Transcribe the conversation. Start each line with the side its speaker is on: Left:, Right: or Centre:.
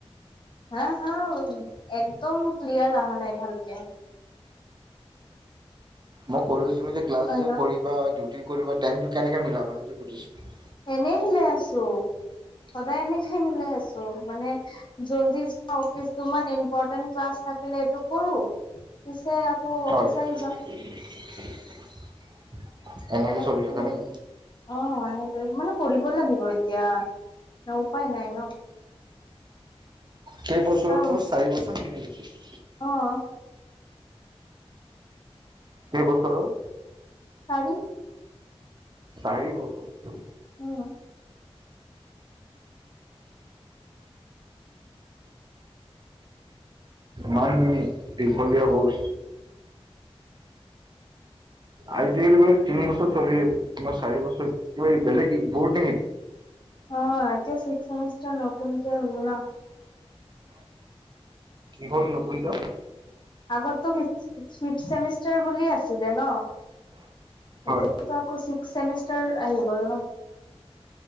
Left: হা হা একদম ক্লিয়াৰ অহা নাই ভালকে।
Right: মই কলো যে তুমি যে ক্লাছ
Left: হেল্ল'
Right: যে কৰিবা ডিউটি কৰিব টাইমটো কেনেকে মিলাব সেইটো সুধিছো
Left: এনেই মিলাই আছো। সদায় এনেকে মিলাই আছো মানে জল্দি যাও কিছুমান ইম্পৰ্টে ক্লাছ থাকিলে এইটো কৰো পিছে আকৌ
Right: হয়
Left: অফিচ আহি যাওঁ।
Right: <unintelligible>
Left: নে
Right: চলি থাকা নেকি
Left: অ এনেক মানে কৰিব লাগিব এতিয়া উপায় নাই ন <unintelligible>
Right: কেইবছৰৰ
Left: আৰু
Right: কচ চাৰিছৰ তিনি বছৰ <inaudible>
Left: অ অহ
Right: কে বছৰৰ
Left: চাৰি
Right: চাৰি বছৰ
Left: উম
Right: ইমান দীঘলীয়া বোত আজিকালি বোলে তিনি বছৰ চলি তোমাৰ চাৰি বছৰ কিবা বেলেগ বৰ্ড নে
Left: অ এতিয়া সিক্স চেমিষ্টাৰ নতুনকে হল ন!
Right: কি হল নতুনকে?
Left: আগত তো ফিক ফিক্সচিপ চেমিছ বুলি আছিলে ন,
Right: হয়
Left: এতিয়াতো আকৌ চেমিষ্টাৰ আহি গল ন